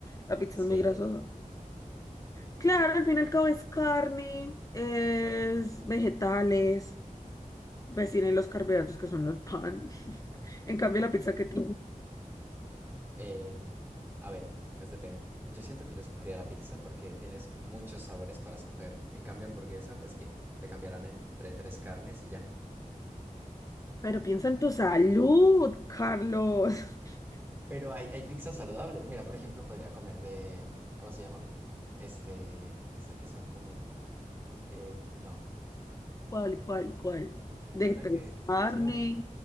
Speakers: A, on the left (about 25°); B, on the right (about 15°).
A: La pizza
B: Sí.
A: es muy grasosa. Claro, al fin y al cabo es carne, es vegetales. pues tienen los carbohidratos que son los pan. <laughs> En cambio, la pizza que tiene.
B: Eh, a ver, pues depende. Yo siento que yo escogería la pizza porque tienes muchos sabores para escoger. En cambio, hamburguesa, pues que te cambiarán entre tres carnes y ya.
A: Pero piensa en tu salud, Carlos. <laughs>
B: Pero hay, hay pizzas saludables. Mira, por ejemplo, podría comer de, mm, ¿cómo se llaman? Este, esa que son como, eh, no,
A: ¿Cuál, cuál, cuál?
B: hay
A: De
B: una
A: tres
B: que,
A: carne,
B: que es como